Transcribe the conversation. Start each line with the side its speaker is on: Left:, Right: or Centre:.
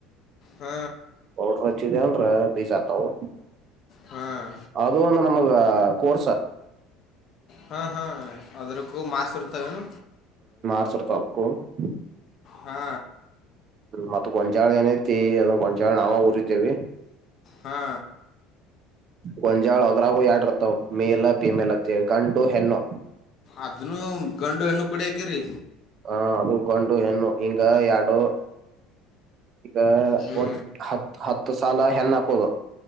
Left: ಹ್ಮ
Right: ೋಡ್ರಚ್ಚಿದನ್ರ ಬೀಸ್ ಆತವು <unintelligible> <unintelligible>
Left: ಹಾಂ
Right: ಅದು ಒಂದು ನಮ್ಮ ಅಕ್ಕ ಹಾ ಕೋರ್ಸ್ ಹಾ
Left: ಹಾ ಹಾ ಅದ್ರಕ್ಕೂ ಮಾರ್ಸ್ ಇರ್ತವೆನು
Right: ಅಸರ್ತಳ್ಕ್ಕೋ <unintelligible>
Left: ಹಾ
Right: ಮತ್ತ ಗೊಂಜಾಳ ಏನಐತಿ ಅದ ಗೊಂಜಾಳ ನಾವ ಊರಿದ್ದವಿ
Left: ಹಾ
Right: ಗಂಜಾಳ ಹದ್ರಾಗು ಎಡರ್ತಾವ ಮೇಲ ಪಿಮೇಲತ್ತೇ ಗಂಡು ಹೆಣ್ಣು
Left: ಅದನ್ನು ಗಂಡು ಹೆಣ್ಣು ಕುಡಿಯಕ್ರರಿ
Right: ಹ ಅದು ಗೊಂಡು ಹೆಣ್ಣ ಹಿಂಗ ಎರಡು ಈಗ
Left: ಹ್ಞೂ
Right: ಒಟ್ಟು ಹತ್ತು- ಹತ್ತು <unintelligible> ಸಾಲ ಹೆಣ ಹಾಕದು